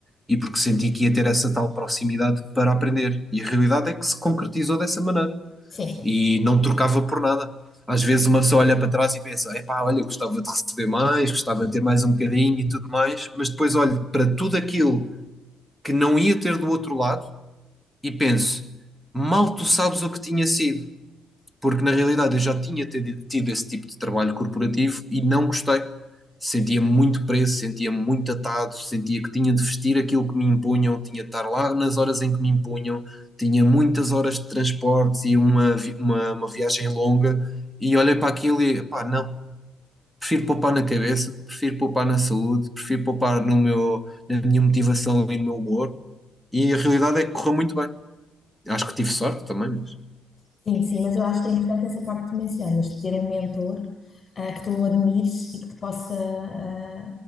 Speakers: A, in the centre; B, on the left.
A: e porque senti que ia ter essa tal proximidade para aprender. E a realidade é que se concretizou dessa maneira
B: Sim,
A: e não trocava por nada. Às vezes uma pessoa olha para trás e pensa: epá, olha, gostava de receber mais, gostava de ter mais um bocadinho e tudo mais, mas depois olho para tudo aquilo que não ia ter do outro lado e penso: mal tu sabes o que tinha sido porque na realidade eu já tinha tido tido esse tipo de trabalho corporativo e não gostei. Sentia muito preso, sentia muito atado, sentia que tinha de vestir aquilo que me impunham, tinha de estar lá nas horas em que me impunham, tinha muitas horas de transportes e uma, vi- uma, uma viagem longa. E olhei para aquilo e, pá, não, prefiro poupar na cabeça, prefiro poupar na saúde, prefiro poupar no meu, na minha motivação e no meu humor. E a realidade é que correu muito bem. Acho que tive sorte também, mas.
B: Sim, sim, mas eu acho que é importante essa parte que tu mencionas, de ter um mentor, ah, que tu admires e que te possa, ah,